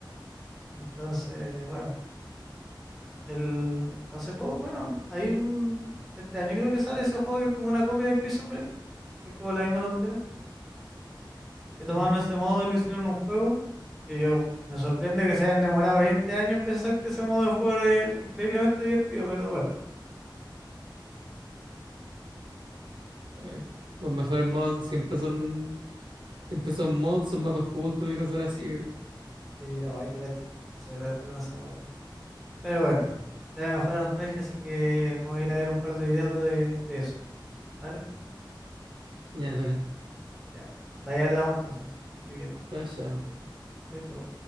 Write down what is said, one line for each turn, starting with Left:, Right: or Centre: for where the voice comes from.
Centre: Entonces, bueno, el, hace poco, bueno, hay un, este año creo que sale ese juego que es como una copia de Prison Break, que es como la misma tontera, que tomaron
Right: Ujú.
Centre: ese modo y lo hicieron un juego, que yo me sorprende que se hayan demorado 20 años en pensar que ese modo de juego era increíblemente divertido, pero bueno.
Right: Ay, Los mejores mods siempre son, siempre son mods, son mapas custom y cosas así.
Centre: Sí, ay, que era chistoso, era demasiado bueno. Pero bueno, ya me mejor la nostalgia, así que vamos a ir a ver un par de videos de, de eso. ¿Vale?
Right: Ya, dale.
Centre: Ya. De ahí hablamos entonces. Que estoy bien.
Right: Chao, chao.
Centre: Chau, chau.